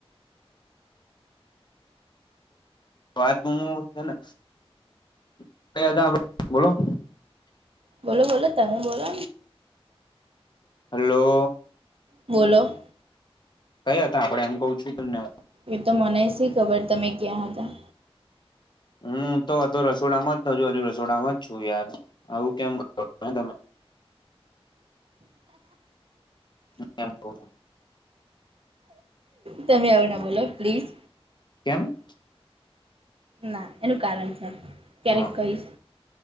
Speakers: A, on the left (about 45°); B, on the right (about 65°).
A: વાત છે ને, <unintelligible> બોલો.
B: બોલો બોલો તમે બોલો.
A: હેલો.
B: બોલો.
A: ક્યાં હતા આપણે એમ કહું છું તમને.
B: એ તો મને જ ખબર છે તમે ક્યાં હતા.
A: હું તો રસોડામાં જ હતો હજુ પણ રસોડામાં જ છું યાર આવું કેમ કરો તમે. હ. <unintelligible>
B: તમે આવું ના બોલો પ્લીઝ.
A: કેમ?
B: ના એનું કારણ છે ક્યારેક
A: હા
B: કહીશ